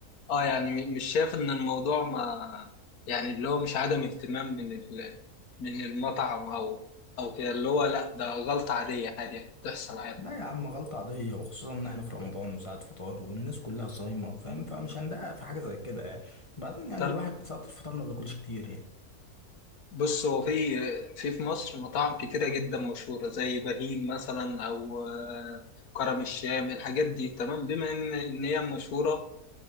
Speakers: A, on the left; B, on the left.
A: اه يعني م- مش شايف ان الموضوع ما يعني اللي هو مش عدم اهتمام من ال... من المطعم او او كده اللي هو لا ده غلطة عادية عادي يعني بتحصل عادي
B: لا يا عم غلطة عادية وخصوصا ان احنا في رمضان وساعة فطار والناس كلها صايمة فاهم فمش هندقق في حاجة زي كده يعني بعدين يعني
A: طب
B: الواحد ساعة الفطار ما بياكلش كتير يعني
A: بص هو في في في مصر مطاعم كتيرة جدا مشهورة زي بهيج مثلا او آه، كرم الشام الحاجات دي تمام بما ان ان هي مشهورة